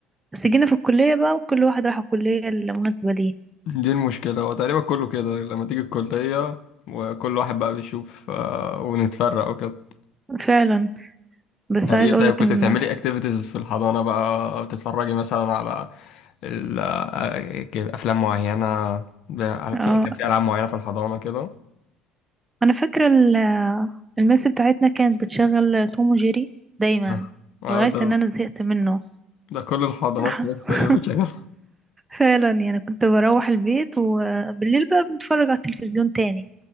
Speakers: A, on the right; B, on the left.
A: بس جينا في الكلية بقى وكل واحد راح الكلية المناسبة ليه
B: دي المشكلة هو تقريبا كله كده لما تيجي الكلية وكل واحد بقى بيشوف آه، ونتفرق وكده
A: فعلا بس
B: طب
A: عايز
B: ايه
A: اقولك
B: طيب كنت
A: ان
B: بتعملي اكتيفيتيز في الحضانة بقى بتتفرجي مثلا على ال- آه، افلام معينة ب-
A: اه
B: في كان في العاب معينة في الحضانة كده
A: انا فاكره ال- المس بتاعتنا كانت بتشغل توم وجيري دايما
B: آه. آه،
A: لغايه
B: ده
A: ان انا زهقت منه
B: ده كل الحضانات
A: <laughs>
B: في مصر تقريبا بتشغل
A: فعلا يعني كنت بروح البيت وبالليل بقى بنتفرج على التلفزيون تاني